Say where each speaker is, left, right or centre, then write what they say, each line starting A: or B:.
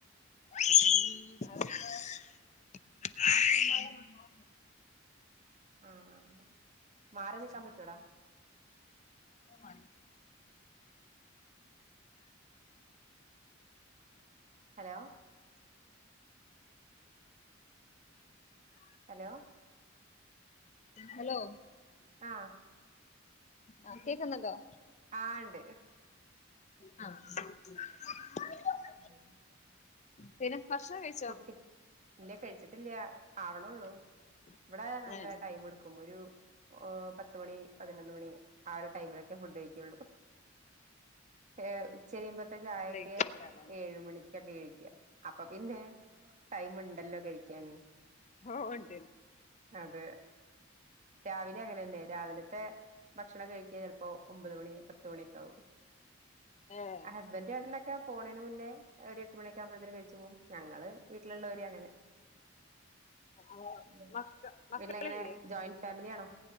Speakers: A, on the left; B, on the right.
A: ഉം അത് പിന്നെ നാത്തൂമാരെ <unintelligible>
B: ആഹ് മാറി നിക്കാൻ പറ്റോടാ?
A: ഓഹ് മാറി
B: ഹലോ ഹലോ
A: ഹലോ
B: ആഹ്
A: ആഹ് കേക്ക്ന്ന്ണ്ടോ?
B: ആഹ് ഇണ്ട്
A: ആഹ്
B: <unintelligible>
A: പിന്നെ ഭക്ഷണം കഴി
B: കുട്ടി ഇല്ല കഴിച്ചിട്ടില്ല്യാ ആവണോള്ളു ഇവടെ നല്ല
A: ഏഹ്
B: ടൈമെടുക്കും ഒരു ഓഹ് പത്തുമണി പതിനൊന്ന് മണി ആ ഒരു ടൈമിലൊക്കെ ഫുഡ് കഴിക്കോള്ളു ഏഹ് ഉച്ചരിയുമ്പത്തെ ചായെക്കെ
A: ലേറ്റ് ആയിട്ടാല്ലേ
B: ഏഴുമണിക്കൊക്കെ കഴിക്ക അപ്പ പിന്നെ ടൈമ്ണ്ടല്ലോ കഴിക്കാന്
A: ഓ ഉണ്ട്
B: അതെ രാവിലെ അങ്ങനെന്നെ രാവിലത്തെ ഭക്ഷണം കഴിക്ക ചെലപ്പോ ഒമ്പത് മണി പത്ത് മണിക്കാവും
A: ഏഹ്
B: ഹസ് ബന്റാട്ന്നൊക്ക പോണേന് മുന്നെ ഒരു എട്ട് മണിയൊക്ക്യെ ആവുമ്പത്തേനും കഴിച്ച് പോവും ഞങ്ങള് വീട്ടിലുള്ളവര് അങ്ങനെ
A: അപ്പൊ
B: ഉം
A: മക്ക മക്കളില്ലേ
B: പിന്നെ എങ്ങനെ ജോയിന് ഫാമിലിയാണോ